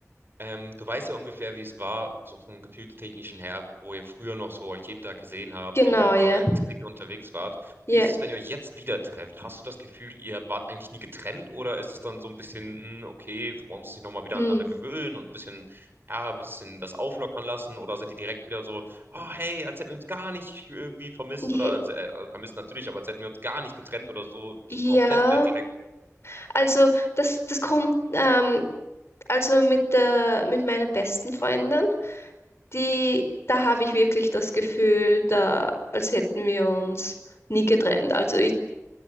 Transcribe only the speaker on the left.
Genau,
ja.
Ja.
Hm.
Je-
Ja,
also das, das kommt, ähm, also mit der, mit meiner besten Freundin, die, da habe ich wirklich das Gefühl, da, als hätten wir uns nie getrennt. Also